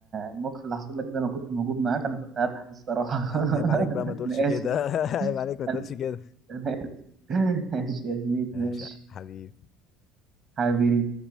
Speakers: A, on the right; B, on the left.
A: الموقف اللي حصل لك ده لو كنت موجود معاك أنا كنت هاضحك الصراحة.
B: يا
A: <laughs>
B: عم عيب عليك بقى ما تقولش
A: أنا
B: كده،
A: آسف.
B: <laughs> عيب عليك
A: <laughs>
B: ما تقولش
A: أنا
B: كده.
A: أنا آسف <laughs> ماشي يا زميلي
B: ماشي
A: ماشي
B: يا حبيبي.
A: حبيبي